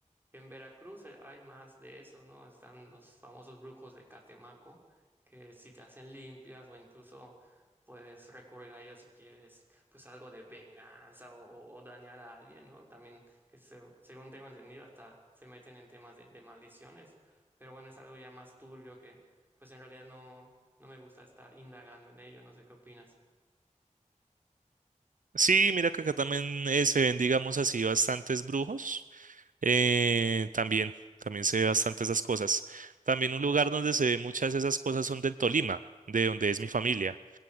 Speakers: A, on the right; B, on the right.
A: en Veracruz eh, hay más de eso, ¿no? Están los famosos brujos de Catemaco, que si te hacen limpias o incluso puedes recurrir a ellos si quieres, pues algo de venganza o, o- o dañar a alguien, ¿no? También, que se- según tengo entendido, hasta se meten en temas de, de maldiciones, pero bueno, es algo ya más turbio que, pues en realidad no, no me gusta estar indagando en ello, no sé qué opinas.
B: Sí, mira que acá también eh, se ven, digamos así, bastantes brujos. Eh, también, también se ve bastante esas cosas. También un lugar donde se ve muchas de esas cosas son del Tolima, de donde es mi familia.